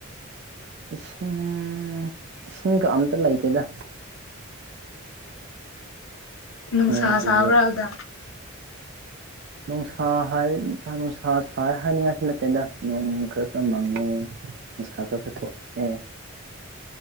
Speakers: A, on the right; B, on the left.
A: ꯏꯁꯤꯡ ꯏꯁꯤꯡ ꯀ ꯑꯝꯇ ꯂꯩꯇꯦꯗ
B: ꯅꯨꯡꯁꯥ
A: ꯅꯣꯡ ꯆꯨꯗꯦ
B: ꯁꯥꯕ꯭ꯔꯥ ꯑꯗꯨꯗ <inaudible>
A: ꯅꯨꯡꯁꯥ ꯍꯥꯏ ꯅꯨꯡꯁꯥ ꯁ ꯍꯥꯏꯅꯤꯡꯉꯥꯏꯁꯨ ꯅꯠꯇꯦꯗ ꯅꯣꯡ ꯈꯔ ꯈꯔ ꯃꯪꯉꯦ ꯁꯔꯒ ꯊꫭꯛ ꯑꯦ